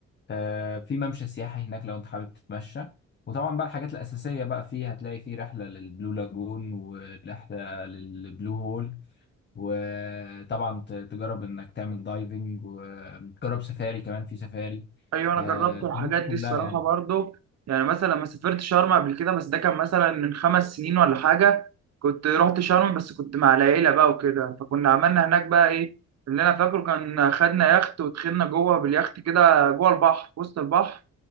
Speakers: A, on the left; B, on the right.
A: آه، في ممشى سياحي هناك لو انت حابب تتمشى وطبعا بقى الحاجات الأساسية بقى فيه هتلاقي فيه رحلة للبلو لاجون ورحلة للبلو هول وطبعا ت- تجرب انك تعمل دايفنج وتجرب سفاري كمان في سفاري
B: ايوه انا
A: آه،
B: جربت
A: الحاجات
B: الحاجات
A: دي كلها
B: دي الصراحه
A: يعني
B: برضو يعني مثلا لما سافرت شرم قبل كده بس ده كان مثلا من خمس سنين ولا حاجه كنت رحت شرم بس كنت مع العيله بقى وكده فكنا عملنا هناك بقى ايه اللي انا فاكره كان خدنا يخت ودخلنا جوه باليخت كده جوه البحر في وسط البحر